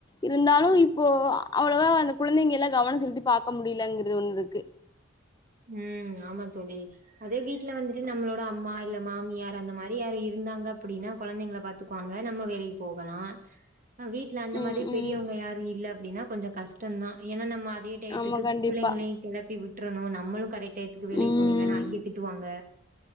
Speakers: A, on the left; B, on the right.
A: இருந்தாலும் இப்போ அவ்ளவா அந்த குழந்தைங்க எல்லாம் கவனம் செலுத்தி பாக்க முடியலங்கிறது ஒண்ணு இருக்கு
B: ம் ஆமா தோழி அதே வீட்ல வந்துட்டு நம்மளோட அம்மா இல்ல மாமியார் அந்த மாரி யாரு இருந்தாங்க அப்டினா கொழந்தைங்கள பாத்துக்குவாங்க நம்ம வேலைக்கு போகலா ஹ வீட்ல அந்த
A: ம்
B: மாரி
A: ம்
B: பெரியவங்க யாரும் இல்ல அப்டின்னா கொஞ்ச கஷ்டந்தா ஏனா நம்ம இதே டயத்துக்கு
A: ஆமா கண்டிப்பா
B: பிள்ளைங்களையு கெளப்பி விட்டு கட்டனு நம்ம நம்மலும் கரெக்ட் டயத்துக்கு வேலை
A: ம்
B: போனும் இல்லன்னா அங்கேயும் திட்டுவாங்க